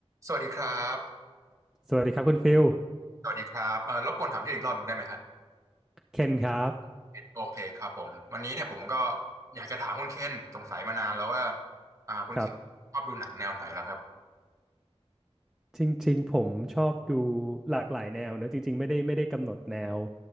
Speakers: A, on the right; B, in the centre.
A: สวัสดีครับ
B: สวัสดีครับคุณฟิล
A: สวัสดีครับเอ่อรบกวนถามชื่ออีกรอบหนึ่งได้ไหมครับ
B: เคนครับ
A: โอเคครับผม วันนี้เนี่ยผมก็อยากจะถามคุณเคนสงสัยมานานแล้วว่าอ่าคุณเคนชอบดูหนังแนวไหนแล้วครับ
B: ครับจริงๆผมชอบดูหลากหลายแนวเนอะจริงๆไม่ได้ไม่ได้กำหนดแนว